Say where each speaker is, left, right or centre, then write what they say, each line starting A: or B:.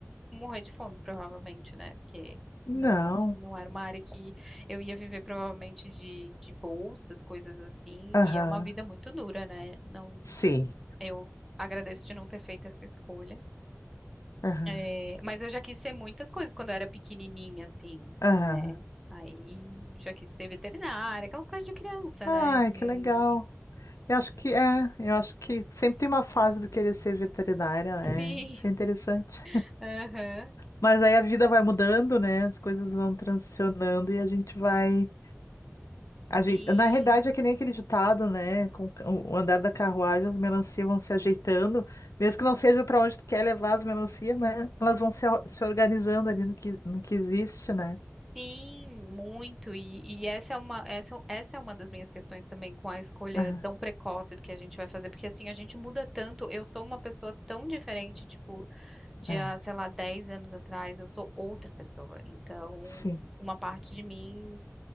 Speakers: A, in the centre; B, on the left.
A: morrer de fome, provavelmente, né? Porque
B: Não.
A: não é, um, não era uma área que eu ia viver provavelmente de, de bolsas, coisas assim,
B: Aham.
A: e é uma vida muito dura, né? Não,
B: Sim.
A: eu agradeço de não ter feito essa escolha.
B: Aham.
A: É, mas eu já quis ser muitas coisas quando eu era pequenininha, assim,
B: Aham.
A: né? Aí já quis ser veterinária, aquelas coisas de criança,
B: Ai,
A: né? De...
B: que legal. Eu acho que é, eu acho que sempre tem uma fase do querer ser veterinária, né?
A: Sim,
B: Isso é interessante.
A: <laughs> aham,
B: Mas aí a vida vai mudando, né? As coisas vão transicionando e a gente vai. A
A: Sim,
B: gente... Na realidade, é que nem aquele ditado, né? Com o ca- o andar da carruagem, as melancias vão se ajeitando, mesmo que não seja para onde tu quer levar as melancias, mas Elas vão se, or- se organizando ali no que, no que existe, né?
A: sim, muito. E, e essa é uma, essa, essa é uma das minhas questões também com a escolha
B: Ah,
A: tão precoce do que a gente vai fazer, porque assim, a gente muda tanto. Eu sou uma pessoa tão diferente, tipo, de,
B: ah,
A: há, sei lá, 10 anos atrás, eu sou outra pessoa. Então,
B: sim.
A: uma parte de mim.